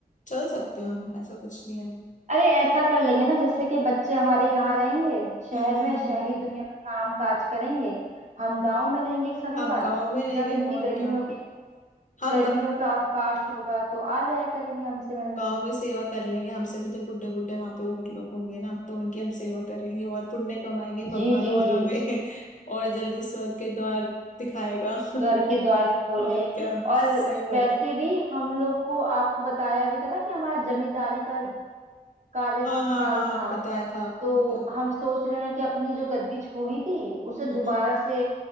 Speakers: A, on the left; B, on the right.
A: चल सकते हैं हम ऐसा कुछ नहीं है
B: अरे ऐसा कर लेंगे ना जैसे कि बच्चे हमारे यहाँ रहेंगे शहर
A: हम्म हम्म
B: में
A: हम्म
B: शहरी
A: हम्म।
B: दुनिया में काम काज करेंगे हम गांव में रहेंगे एक समय
A: आप
B: बाद
A: गांव में रहेंगे
B: जब इनकी
A: और
B: गर्मियों
A: क्या
B: की
A: हम
B: गर्मियों
A: गांव
B: का अवकाश होगा तो आ जाया करेंगे हमसे मिलने
A: गांव में सेवा कर लेंगे हमसे भी तो बुड्ढे बुड्ढे वहां पे और लोग होंगे ना तो उनकी हम सेवा करेंगे और पुण्य कमाएंगे भगवान
B: जी जी
A: और हमें
B: जी
A: <laughs> और जल्दी स्वर्ग के द्वार दिखाएगा
B: स्वर्ग के
A: <laughs>
B: द्वार खोले
A: और क्या
B: और
A: सही बात
B: वैसे
A: है
B: भी हम लोग को आपको बताया भी था ना कि हमारा जमींदारी का कार्यकाल
A: हाँ हाँ हाँ
B: था
A: बताया था आपको
B: तो
A: बताया
B: हम
A: था
B: सोच रहे हैं कि अपनी जो गद्दी छोड़ी थी उसे
A: हम्म
B: दोबारा
A: हम्म।
B: से